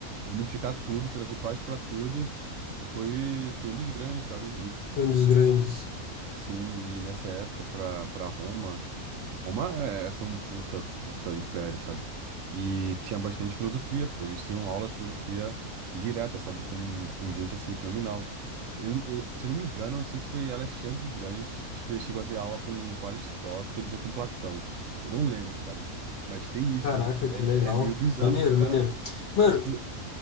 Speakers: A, on the right; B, on the left.
A: unificar tudo, trazer paz pra tudo, e foi, foi um dos grandes, sabe?
B: foi um dos grandes.
A: Sim, e nessa época pra, pra Roma, Roma é, é, foi um puta, puta império, sabe? E tinha bastante filosofia, pô. Eles tinham aulas de filosofia direta, sabe? Com, com gente assim, fenomenal. Eu- eu- se eu não me engano, não sei se foi Alexandre o Grande que que te- chegou a ter aula com, com Aristóteles ou com Platão. Eu não lembro, sabe? Mas tem isso,
B: Caraca,
A: sabe? É,
B: que legal.
A: é meio bizarro,
B: Maneiro,
A: pô. O cara.
B: maneiro. Mano,
A: É, tipo,